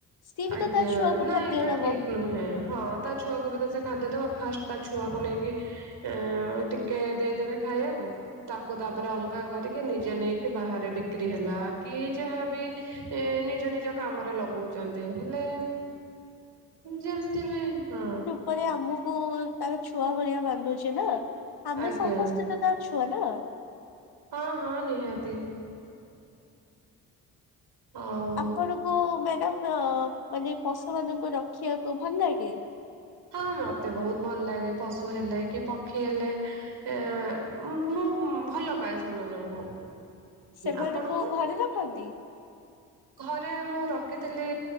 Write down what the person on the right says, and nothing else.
ଆଜ୍ଞା
ନାଇଁ
ଏଇଟା
ଠିକ ନୁହେଁ ହଁ ତା ଛୁଆକୁ ବି ତ ସେ ଖାଦ୍ୟଦବ ଫାଷ୍ଟ ତା ଛୁଆକୁ ନେଇକି ଏ ଟିକେ ଦେଇଦେବେ ଖାଇବାକୁ। ତାକୁ ତାପରେ ଅଲଗା କରିକି ନିଜେ ନେଇକି ବାହାରେ ବିକ୍ରି ହେଲା କି ଯାହାବି ଏ ନିଜ ନିଜ କାମରେ ଲଗଉଛନ୍ତି ହେଲେ ଯେମିତି ବି ହଁ।
ଆଜ୍ଞା
ହଁ ହଁ ନିହାତି। ଆଉ
ହଁ ମତେ ବହୁତ ଭଲ ଲାଗେ ପଶୁ ହେଲେ କି ପକ୍ଷୀ ହେଲେ। ଏ ମୁଁ ମୁ ଭଲ ପାଏ ସେମାନଙ୍କୁ।
ଆପଣଙ୍କୁ?
ଘରେ ମୁଁ ରଖିଥିଲି